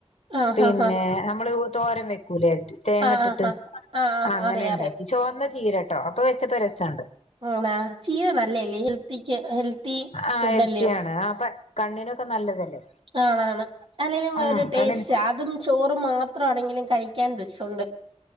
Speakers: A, on the right; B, on the left.
A: ആഹ്
B: പിന്നെ
A: ആഹ്
B: നമ്മള് ഉ തോരവെയ് പുലയ്റ്റ്‌ തേങ്ങ
A: ആഹ്
B: ഇട്ടിട്ട്
A: ആഹ് ആഹ് ആഹ്
B: ആഹ് അങ്ങനെ
A: അറിയാം
B: ഇണ്ടാക്കി
A: അറിയാം
B: ചോന്ന പീരട്ടോ അപ്പൊ വെച്ചപ്പോ രസണ്ട്
A: <unintelligible> ആ ചീര നല്ലല്ലേ ഹെൽത്തിക്ക് ഹെൽത്തി
B: ആഹ്
A: ഫുഡല്ലയോ
B: ഹെൽത്തിയാണ് ആ പ കണ്ണിനൊക്കെ നല്ലതല്ലേ
A: ആണ് ആണ് അല്ലെലും വേറൊരു
B: ഉം
A: ടേസ്റ്റാ
B: കണ്ണിന്
A: അതും ചോറും മാത്രമാണെങ്കിലും കഴിക്കാൻ രസോണ്ട്